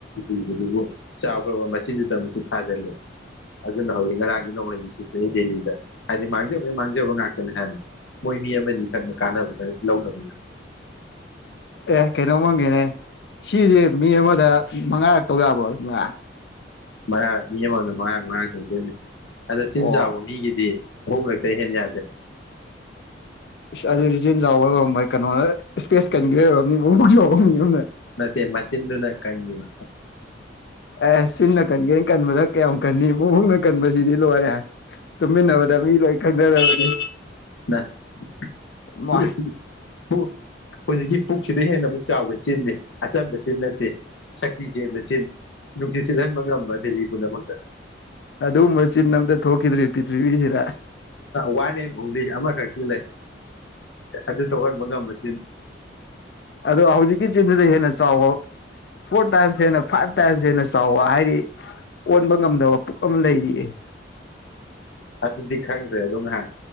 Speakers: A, on the left (about 75°); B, on the left (about 60°).
A: ꯖꯤꯕꯗꯨꯕꯨ ꯆꯥꯎꯈ꯭ꯔꯕ ꯃꯆꯤꯟꯗꯨꯗꯃꯁꯨ ꯊꯥꯖꯤꯜꯂꯦ ꯑꯗꯨꯅ ꯍꯧꯖꯤꯛ ꯉꯔꯥꯡꯒꯤ ꯅꯣꯡꯂꯩ ꯅꯨꯡꯁꯤꯠ ꯇꯨꯗꯤ ꯗꯦꯜꯂꯤꯗ ꯍꯥꯏꯗꯤ ꯃꯥꯡꯖꯕꯩ ꯃꯥꯡꯖꯕ ꯉꯥꯛꯇꯅꯦ ꯍꯥꯏꯕꯅꯦ ꯃꯣꯏ ꯃꯤ ꯑꯃꯅꯤ ꯈꯔꯅ ꯀꯥꯟꯅꯕ ꯈꯔ ꯂꯧꯅꯕꯒꯤꯗꯃꯛꯇ
B: ꯑꯦ ꯀꯩꯅꯣꯝ ꯃꯪꯒꯦꯅꯦ ꯁꯤꯁꯦ ꯃꯤ ꯑꯃꯗ ꯃꯉꯥꯔꯛ ꯇꯧ ꯌꯥꯕ꯭ꯔꯣ ꯉ
A: ꯃꯉꯥꯔꯛ ꯃꯤ ꯑꯃꯝ ꯃꯝꯗ ꯃꯉꯥꯔꯛ ꯃꯉꯥꯔꯛ ꯇꯧꯗꯣꯏꯅꯦ ꯑꯗꯣ ꯆꯤꯟ
B: ꯑꯣ
A: ꯆꯥꯎꯕ ꯃꯤꯒꯤꯗꯤ ꯑꯍꯨꯝ ꯔꯛꯇꯩ ꯍꯦꯟꯅ ꯌꯥꯗꯦ
B: ꯏꯁ ꯑꯗꯨꯗꯤ ꯆꯤꯟ ꯆꯥꯎꯕ ꯑꯣꯏꯔꯝꯃꯣꯏ ꯀꯩꯅꯣꯅ ꯏꯁꯄꯦꯁ ꯀꯟꯈꯤꯕ ꯑꯣꯏꯔꯝꯅꯤ ꯃꯕꯨꯛ ꯆꯥꯎꯕ ꯃꯤ ꯑꯃꯅ
A: ꯅꯠꯇꯦ ꯃꯆꯤꯟꯗꯨꯅ ꯀꯟꯒꯤꯕ
B: ꯑ ꯆꯤꯟꯅ ꯀꯟꯒꯦ ꯀꯟ ꯕꯗ ꯀꯌꯥꯝ ꯀꯟꯅꯤ ꯃꯕꯨꯡꯅ ꯀꯟꯕꯁꯤꯗꯤ ꯂꯣꯏꯔꯦ ꯇꯨꯝꯃꯤꯟꯅꯕꯗ ꯃꯤ ꯂꯣꯏ ꯈꯪꯅꯔꯕꯅꯤ
A: <unintelligible>
B: ꯃꯥꯏ
A: ꯍꯧꯖꯤꯛꯀꯤ ꯄꯨꯛꯁꯤꯗ ꯍꯦꯟꯅ ꯑꯃꯨꯛ ꯆꯥꯎꯕ ꯆꯤꯟꯅꯤ ꯑꯆꯝꯕ ꯆꯤꯟ ꯅꯠꯇꯦ ꯁꯛꯇꯤ ꯆꯦꯟꯕ ꯆꯤꯟ ꯅꯨꯡꯁꯤꯠ ꯁꯤꯠꯍꯟꯕ ꯉꯝꯕ ꯗꯦꯜꯂꯤ ꯄꯨꯝꯅꯃꯛꯇ
B: ꯑꯗꯨꯃꯕ ꯆꯤꯟ ꯑꯝꯇ ꯊꯣꯛꯈꯤꯗ꯭ꯔꯤ ꯄ꯭ꯔꯤꯊꯤꯕꯤꯁꯤꯗ
A: ꯋꯥꯟ ꯑꯦꯟ <unintelligible> ꯂꯩ ꯑꯗꯨ ꯊꯣꯛꯍꯟꯕ ꯉꯝꯕ ꯆꯤꯟ
B: ꯑꯗꯣ ꯍꯧꯖꯤꯛꯀꯤ ꯆꯤꯟꯗꯨꯗ ꯍꯦꯟꯅ ꯆꯥꯎꯕ ꯐꯣꯔ ꯇꯥꯏꯝꯁ ꯍꯦꯟꯅ ꯐꯥꯏꯚ ꯇꯥꯏꯝꯁ ꯍꯦꯟꯅ ꯆꯥꯎꯕ ꯍꯥꯏꯔꯤ ꯑꯣꯟꯕ ꯉꯝꯗꯕ ꯄꯨꯛ ꯑꯃ ꯂꯩꯔꯤꯑ
A: ꯑꯗꯨꯗꯤ ꯈꯪꯗ꯭ꯔꯦ ꯑꯗꯣ ꯉꯥꯏꯍꯥꯛ